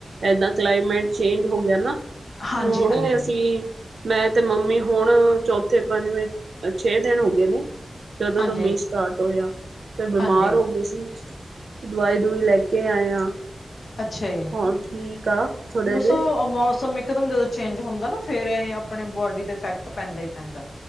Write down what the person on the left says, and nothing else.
ਹਾਂਜੀ
ਹਾਂਜੀ,
ਹਾਂਜੀ
ਹਾਂਜੀ।
ਅੱਛਾ ਜੀ,
ਦੱਸੋ
ਮੌਸਮ ਇੱਕ ਇਕਦਮ ਜਦੋਂ ਚੇਂਜ ਹੁੰਦਾ ਨਾ ਫੇਰ ਇਹ ਆਪਣੇ ਬੋਡੀ ਤੇ ਇਫੈਕਟ ਪੈਂਦਾ ਹੀ ਪੈਂਦਾ